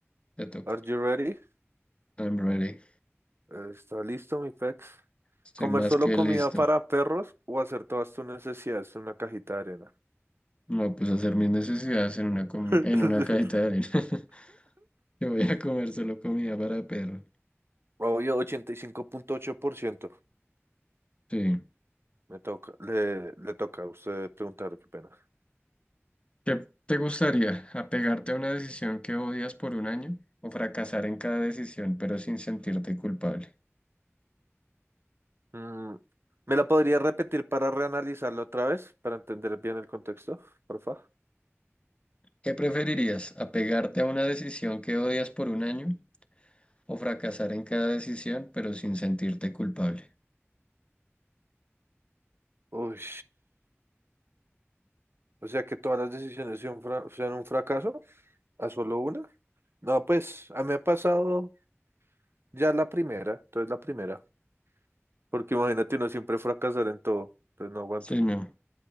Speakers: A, on the left; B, on the right.
A: te toca.
B: Are you ready?
A: I'm ready.
B: Eh, ¿Está listo mi pex?
A: Estoy
B: ¿Comer
A: más
B: solo
A: que
B: comida
A: listo.
B: para perros o hacer todas tus necesidades en una cajita de arena?
A: No, pues hacer mis necesidades en una, com-
B: <laughs>
A: en una cajita de arena. <laughs> Yo voy a comer solo comida para perro.
B: Obvio, 85.8%.
A: Sí.
B: Me toca, le, le toca a usted preguntar, qué pena.
A: ¿Qué te gustaría? ¿Apegarte a una decisión que odias por un año o fracasar en cada decisión pero sin sentirte culpable?
B: Mm, ¿me la podría repetir para reanalizarla otra vez, para entender bien el contexto, porfa?
A: ¿Qué preferirías? ¿Apegarte a una decisión que odias por un año o fracasar en cada decisión pero sin sentirte culpable?
B: Uy, o sea que todas las decisiones sean, fra- sean un fracaso, a solo una. No, pues a mí me ha pasado ya la primera, entonces la primera, porque imagínate uno siempre fracasar en todo, entonces no aguanto.
A: Sí, no.